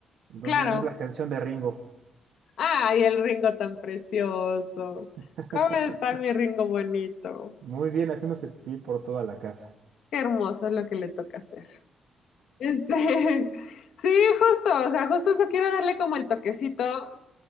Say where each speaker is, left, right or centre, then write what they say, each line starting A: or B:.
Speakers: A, on the right (about 80°); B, on the left (about 70°).
A: Entonces
B: Claro,
A: es la canción de Ringo.
B: Ay, el Ringo tan precioso.
A: <laughs>
B: ¿Cómo está mi Ringo bonito?
A: Muy bien, haciéndose pipí por toda la casa.
B: Qué hermoso es lo que le toca hacer. Este, <laughs> sí, justo, o sea, justo eso quiero darle como el toquecito,